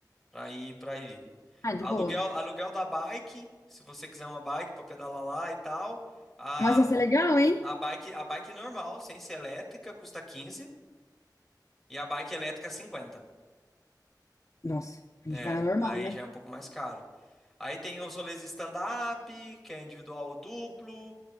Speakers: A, in the centre; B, on the left.
A: para ir para a ilha.
B: Ah, de
A: Aluguel,
B: boa.
A: aluguel da bike, se você quiser uma bike para pedalar lá e tal. A,
B: Nossa, ia ser legal, hein?
A: a bike, a bike normal, sem ser elétrica, custa 15 e a bike elétrica cinquenta,
B: Nossa, a
A: É,
B: gente vai na normal,
A: aí
B: né?
A: já é um pouco mais caro. Aí tem os rolês de stand-up, que é individual ou duplo,